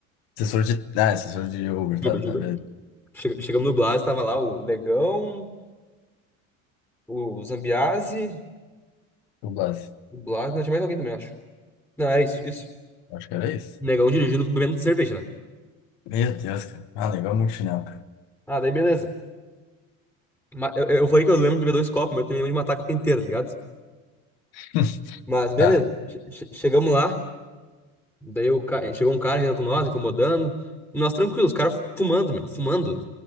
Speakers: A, on the left; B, in the centre.
A: Assessor de. Ah, assessor de Uber,
B: Juba,
A: tá,
B: Uber.
A: tá,
B: de Uber.
A: beleza.
B: Che- Chegamos no Blas, tava lá o Negão, o Zambiase,
A: Dublagem.
B: o Blas, não tinha mais alguém também, eu acho. Não, é isso, isso.
A: Acho que era isso.
B: Negão dirigindo, bebendo cerveja, né?
A: Meu Deus, cara. Ah, legal muito chinelo, cara.
B: Ah, daí beleza. Ma- Eu, eu falei que eu lembro de beber dois copos, mas eu também lembro de matar a coca inteira, tá ligado?
A: <laughs>
B: Mas beleza.
A: Tá,
B: Che- che- chegamos lá. Daí o ca- chegou um cara com nós, incomodando. E nós tranquilos, os caras fumando, meu, fumando.